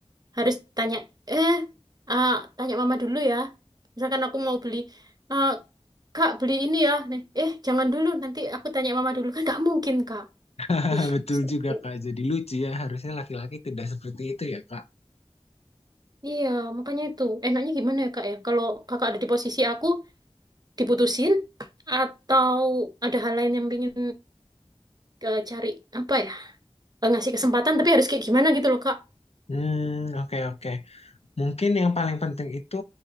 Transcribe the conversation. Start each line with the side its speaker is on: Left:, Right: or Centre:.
Right: harus tanya, eh, ah, tanya mama dulu ya. Misalkan aku mau beli, ah, kak beli ini ya. Nih, eh jangan dulu, nanti aku tanya mama dulu. Kan nggak mungkin kak.
Left: <laughs>
Right: Ih,
Left: Betul
Right: sedih.
Left: juga Kak. Jadi lucu ya, harusnya laki-laki tidak seperti itu ya Kak.
Right: iya makanya itu. Enaknya gimana ya kak ya? Kalau kakak ada di posisi aku, diputusin atau ada hal lain yang pingin eh, cari apa ya? Eh, Ngasih kesempatan tapi harus kayak gimana gitu loh kak.
Left: Hmm, oke oke. Mungkin yang paling penting itu